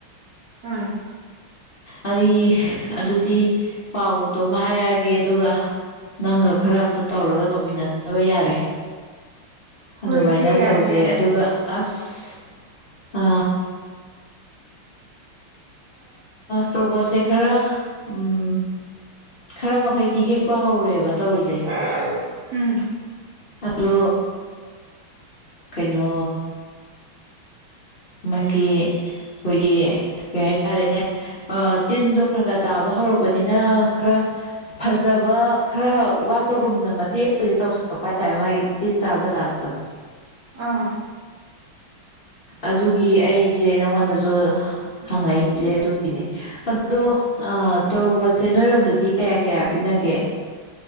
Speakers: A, on the right; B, on the left.
A: ꯎꯝ
B: ꯑꯩ ꯑꯗꯨꯗꯤ ꯄꯥꯎꯗꯣ ꯑꯃ ꯍꯥꯏꯔꯛꯑꯒꯦ ꯑꯗꯨꯒ ꯅꯪꯒ ꯈꯔ ꯑꯝꯇ ꯇꯧꯔꯒ ꯇꯧꯃꯤꯟꯅꯅꯕ ꯌꯥꯔꯦ
A: ꯍꯣꯏ
B: ꯑꯗꯨꯃꯥꯏꯅ
A: ꯏꯆꯦ ꯌꯥꯏꯌꯦ
B: ꯇꯧꯖꯩ ꯑꯗꯨꯒ ꯑꯁ ꯇ꯭ꯔꯣꯕꯣꯠꯁꯦ ꯈꯔ ꯎꯝ ꯈꯔ ꯃꯈꯩꯗꯤ ꯍꯦꯛꯄ ꯍꯧꯔꯦꯕ ꯇꯧꯔꯤꯁꯦ
A: ꯑ ꯎꯝ
B: ꯑꯗꯣ ꯀꯩꯅꯣ ꯃꯥꯒꯤ ꯑꯩꯈꯣꯏꯒꯤ ꯀꯩ ꯍꯥꯏꯇꯥꯔꯦꯅꯦ ꯇꯤꯟꯗꯣ ꯈꯔ ꯈꯔ ꯇꯥꯕ ꯍꯧꯔꯛꯄꯅꯤꯅ ꯈꯔ ꯐꯖꯕ ꯈꯔ ꯋꯥꯠꯄꯒꯨꯝꯅ ꯃꯇꯦꯛ ꯇꯧꯁꯜꯂꯛꯄ ꯍꯥꯏꯇꯥꯔꯦ ꯃꯥꯒꯤ ꯇꯤꯟ ꯇꯥꯕ ꯖꯒꯥꯗꯣ
A: ꯑꯥ
B: ꯑꯗꯨꯒꯤ ꯑꯩꯁꯦ ꯅꯪꯉꯣꯟꯗꯁꯨ ꯍꯪꯉꯛꯏꯁꯦ ꯑꯗꯨꯒꯤꯅꯦ ꯑꯗꯣ ꯇꯣꯔꯣꯕꯣꯠꯁꯦ ꯅꯣꯏꯔꯣꯝꯗꯗꯤ ꯀꯌꯥ ꯀꯌꯥ ꯄꯤꯅꯒꯦ